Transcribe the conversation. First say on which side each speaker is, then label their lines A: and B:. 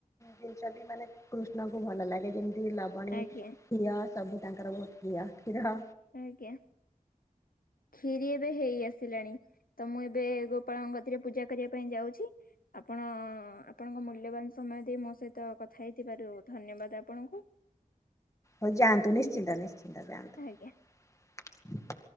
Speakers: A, on the left; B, on the left.
A: ଜିନିଷ ବି ମାନେ କୃଷ୍ଣଙ୍କୁ ଭଲ ଲାଗେ ଯେମିତି ଲବଣୀ
B: ଆଜ୍ଞା
A: କ୍ଷୀର ସବୁ ତାଙ୍କର ବହୁତ ପ୍ରିୟ କ୍ଷୀର
B: ଆଜ୍ଞା କ୍ଷୀରି ଏବେ ହେଇ ଆସିଲାଣି ତ ମୁଁ ଏବେ ଗୋପାଳଙ୍କ କତିରେ ପୂଜା କରିବା ପାଇଁ ଯାଉଛି ଆପଣ ଆପଣଙ୍କ ମୂଲ୍ୟବାନ ସମୟ ଦେଇ ମୋ ସହିତ କଥା ହେଇଥିବାରୁ ଧନ୍ୟବାଦ ଆପଣଙ୍କୁ <unintelligible>
A: ହଉ ଯାଆନ୍ତୁ ନିଶ୍ଚିନ୍ତ ନିଶ୍ଚିନ୍ତ ଯାଆନ୍ତୁ
B: ଆଜ୍ଞା।